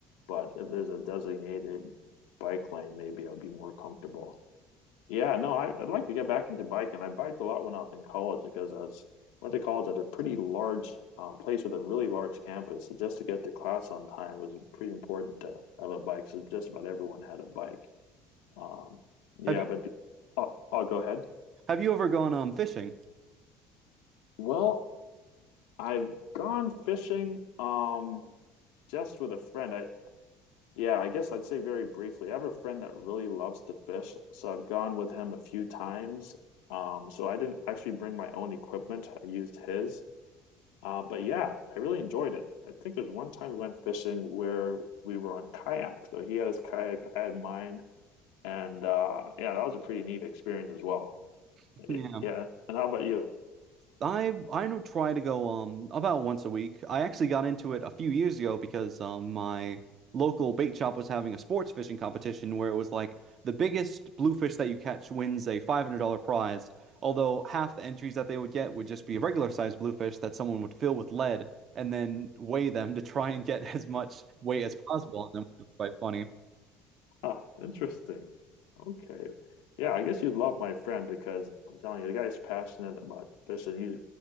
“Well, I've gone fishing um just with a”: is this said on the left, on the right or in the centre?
Left